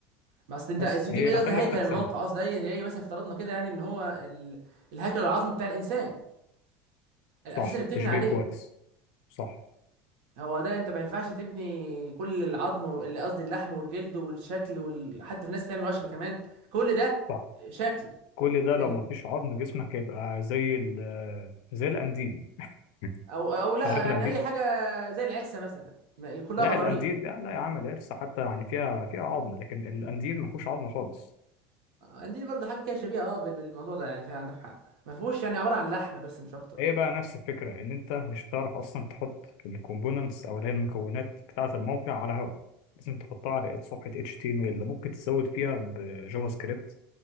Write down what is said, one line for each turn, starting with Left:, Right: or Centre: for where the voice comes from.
Right: ما اصل انت
Left: بس
Right: السي
Left: هي
Right: تي ام ايه قصدي
Left: خلي
Right: هيكل
Left: بالك
Right: الموقع
Left: سهلة
Right: اصلا زي زي مثلا افترضنا كده يعني ان هو ال... الهيكل العظمي بتاع الانسان الاساس
Left: صح
Right: اللي بتبني
Left: تشبيه
Right: عليه
Left: كويس صح
Right: هو ده انت ما ينفعش تبني كل العظم وال- قصدي اللحم والجلد والشكل وال... حتى في ناس بتعمل وشم كمان كل ده
Left: صح
Right: شكل
Left: كل ده لو
Right: لكن
Left: ما فيش عظم جسمك هيبقى زي ال زي القنديل <laughs>
Right: او او لا
Left: تعرف
Right: يعني
Left: القنديل؟
Right: اي حاجه زي العرسه مثلا ما- كلها
Left: لا
Right: غضاريف
Left: القنديل لا لا يا عم القرصة حتى يعني فيها فيها عظم لكن القنديل ما فيهوش عظم خالص
Right: عندي برضه حاجه كده شبيهه اه بال- بالموضوع ده يعني فعندك حق ما فيهوش يعني عباره عن لحم بس مش اكتر
Left: هي بقى نفس الفكرة إن أنت مش هتعرف أصلا تحط الكومبوننتس أو اللي هي المكونات بتاعة الموقع على هوا لازم تحطها على صفحة HTML اللي ممكن تزود فيها بجافا سكريبت